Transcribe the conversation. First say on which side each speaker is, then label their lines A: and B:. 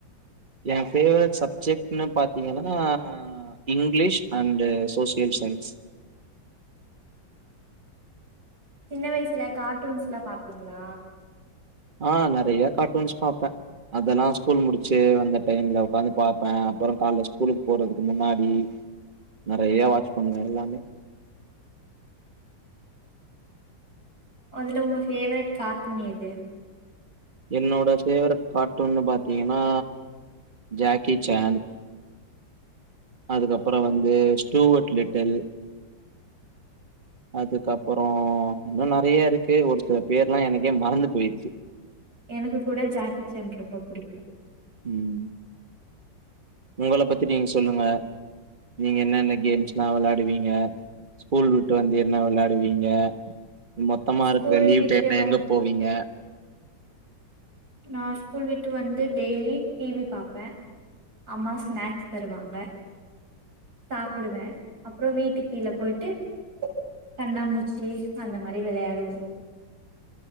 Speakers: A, on the right (about 30°); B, on the right (about 50°).
A: என் ஃபேவரட் சப்ஜெக்ட்ன்னு பாத்தீங்கன்னா அ இங்கிலீஷ் அண்டு சோசியல் சயின்ஸ்
B: சின்ன வயசுல கார்ட்டூன்ஸ்ல்லா பாப்பீங்களா
A: ஆ நெறய கார்ட்டூன்ஸ் பாப்பேன் அதெல்லா ஸ்கூல் முடிச்சு வந்த டைம்ல உக்காந்து பாப்பேன் அப்புறோ கால்ல ஸ்கூலுக்கு போறதுக்கு முன்னாடி நெறய வாட்ச் பண்ணுவேன் எல்லாமே
B: அதுல உங்க ஃபேவரட் காட்டூன் எது
A: என்னோட ஃபவரெட் கார்ட்டூன்னு பார்த்தீங்கன்னா ஜாக்கி ஜான் அதுக்கப்புறோ வந்து ஸ்டூவர்ட் லிட்டில் அதுக்கப்புறோ இன்னும் நெறய இருக்கு ஒரு சில பேர்ல்லா எனக்கே மறந்து போயிடுச்சு
B: எனக்கு கூட ஜாக்கி ஜன் ரொம்ப புடிக்கும்
A: உம் உங்கள பத்தி நீங்க சொல்லுங்க நீங்க என்னென்ன கேம்ஸ் எல்லா விளாடுவீங்க ஸ்கூல் விட்டு வந்து என்ன விளாடுவீங்க மொத்தமா
B: ஸ்கூல்
A: இருக்குற லீவ்
B: விட்டு
A: டைம்ல
B: வந்
A: எங்க போவீங்க
B: நா ஸ்கூல் விட்டு வந்து டெய்லி டிவி பாப்பேன் அம்மா ஸ்நாக்ஸ் தருவாங்க சாப்டுவன் அப்புறோ வீட்டு கீழ போயிட்டு கண்ணாமூச்சி அந்த மாரி விளையாடுவோம்